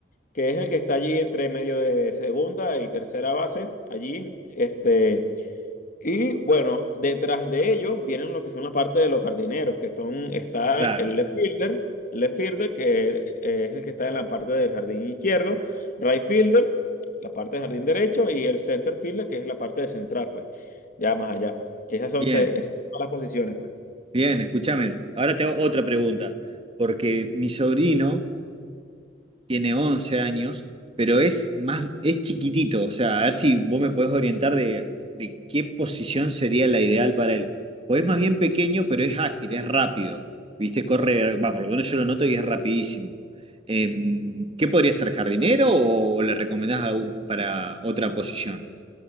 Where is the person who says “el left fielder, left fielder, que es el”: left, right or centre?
Left